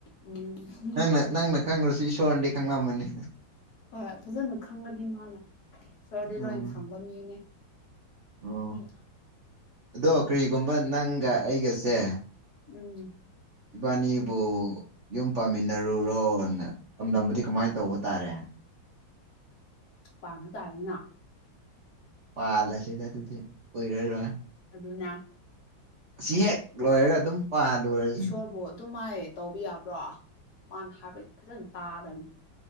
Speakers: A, on the left; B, on the right.
A: ꯎꯝ
B: ꯅꯪꯅ ꯅꯪꯅ ꯈꯪꯅꯨꯔꯁꯨ ꯏꯁꯣꯔꯗꯤ ꯈꯪꯅꯝꯃꯅꯤ
A: ꯍꯣꯏ ꯐꯖꯅ ꯈꯪꯉꯗꯤ ꯃꯥꯅ ꯏꯁꯣꯔꯗꯤ
B: ꯎꯝ
A: ꯂꯣꯏꯅ ꯈꯪꯕ ꯃꯤꯅꯦ
B: ꯑꯣ
A: ꯇꯨꯒꯤ
B: ꯑꯗꯣ ꯀꯔꯤꯒꯨꯝꯕ ꯅꯪꯒ ꯑꯩꯒꯁꯦ
A: ꯎꯝ
B: ꯏꯕꯥꯅꯤꯕꯨ ꯌꯨꯝ ꯄꯥꯟꯃꯤꯟꯅꯔꯨꯔꯣꯅ ꯇꯝꯂꯝꯕꯗꯤ ꯀꯝꯃꯥꯏ ꯇꯧꯕ ꯇꯥꯔꯦ
A: ꯄꯥꯡꯅ ꯇꯥꯔꯦꯗꯅ
B: ꯄꯥꯂꯁꯤꯗ ꯑꯗꯨꯗꯤ ꯀꯨꯏꯔꯔꯣꯏ
A: ꯑꯗꯨꯅ
B: ꯑꯁꯤ ꯍꯦꯛ ꯂꯣꯏꯔꯒ ꯑꯗꯨꯝ ꯄꯥꯜꯂꯨꯔꯁꯦ
A: ꯏꯁꯣꯔꯕꯨ ꯑꯗꯨ ꯃꯥꯏ ꯇꯧꯕ ꯌꯥꯕ꯭ꯔꯣ ꯃꯥꯅ ꯍꯥꯏꯕꯗꯤ ꯐꯖꯅ ꯇꯥꯗꯕꯅꯤ